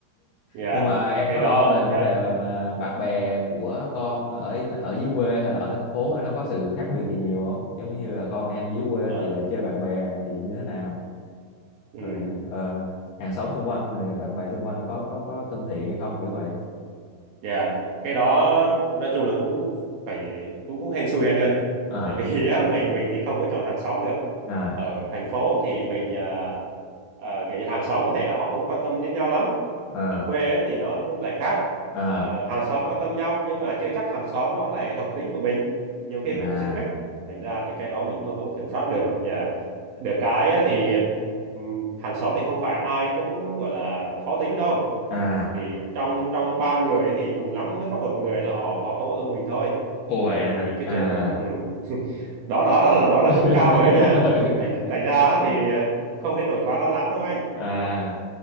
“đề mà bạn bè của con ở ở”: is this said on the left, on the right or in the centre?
Left